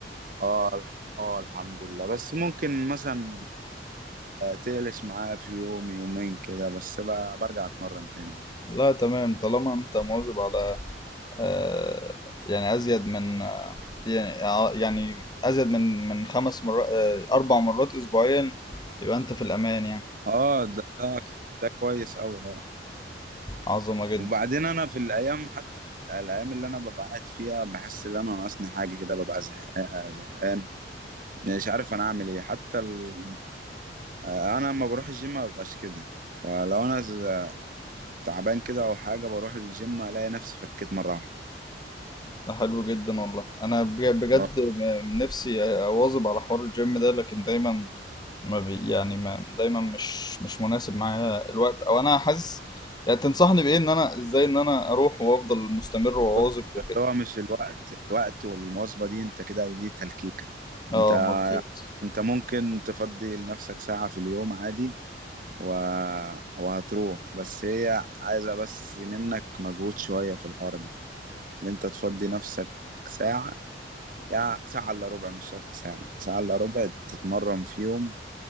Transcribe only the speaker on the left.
لا تمام طالما انت مواظب على آه، يعني ازيد من آه، يعني ع- يعني ازيد من من خمس مرات آه، اربع مرات اسبوعيا يبقى انت في الامان يعني
عظمه جدا
ده حلو جدا والله انا بج- بجد
م- نفسي اواظب على حوار الجيم ده لكن دايما ما بي يعني ما دايما مش مش مناسب معايا الوقت او انا حاسس يعني تنصحني بايه ان انا ازاي ان انا اروح وافضل مستمر واواظب
وكده
اه
مظبوط